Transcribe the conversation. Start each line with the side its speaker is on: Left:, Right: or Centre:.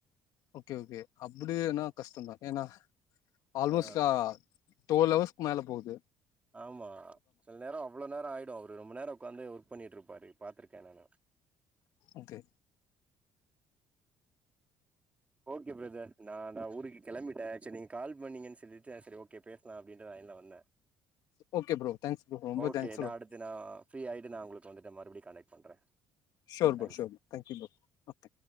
Left: ஓகே ஓகே அப்புடினா கஷ்டோ தா ஏன்னா ஆல்மோஸ்ட்டா
Right: ஆ,
Left: டுவெல் ஹவர்ஸ்க்கு மேல போவுது
Right: ஆமா செல நேரோ அவ்ளோ நேரோ ஆயிடு அவரு ரொம்ப நேரோ ஒக்காந்து ஒர்க் பண்ணிட்டுருப்பாரு பாத்திருக்கே நானு
Left: ஓகே
Right: ஓகே பிரதர் நா நா ஊருக்கு கெளம்பிட்டே சேர் நீங்க கால் பண்ணீங்கன்னு சொல்லிட்டு செரி ஓ கே பேச்லா அப்டின்ட்டு லைன்ல வந்தே
Left: ஓகே ப்ரோ தேங்க்ஸ் ப்ரோ ரொம்ப
Right: ஓகே
Left: தேங்க்ஸ் ப்ரோ
Right: நா அடுத் து நா ஃப்ரீயாயிட்டு நா உங்களுக்கு வந்துட்டு மறுபடியு கனெக்ட் பண்றே
Left: sure bro
Right: thanks
Left: sure thank you bro okay